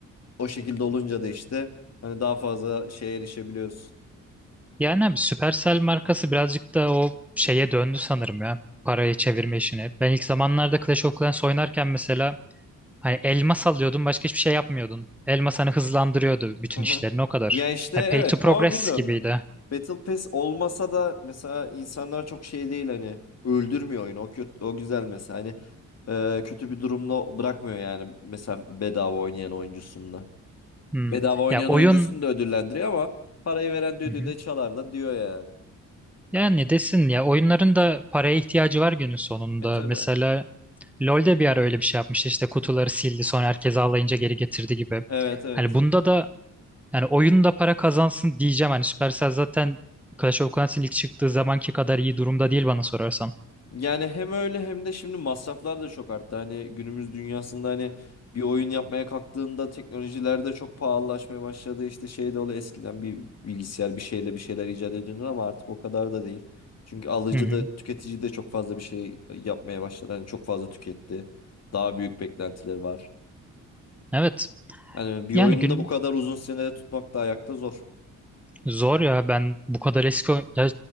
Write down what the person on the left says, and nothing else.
O şekilde olunca da işte hani daha fazla şeye erişebiliyorsun.
Aha.
Ya işte
evet
ama bilmiyorum.
Battle Pass olmasa da mesela insanlar çok şey değil hani öldürmüyor oyunu. O kötü, o güzel mesela. Hani e, kötü bir durumda bırakmıyor yani mesela bedava oynayan oyuncusunda.
Bedava oynayan
oyuncusunu da ödüllendiriyor ama parayı veren düdüğü
de çalar da diyor yani.
E tabii.
Evet evet.
Yani hem öyle hem de şimdi masraflar da çok arttı. Hani günümüz dünyasında hani bir oyun yapmaya kalktığında teknolojiler de çok pahalılaşmaya başladı. İşte şey de oluyor eskiden bir bilgisayar bir şeyle bir şeyler icat ediyordu ama artık o kadar da değil. Çünkü alıcı
da tüketici de çok fazla bir şey yapmaya başladı. Hani çok fazla tüketti. Daha büyük beklentileri var.
Hani bir
oyunu
da bu kadar uzun sürede tutmak da ayakta zor.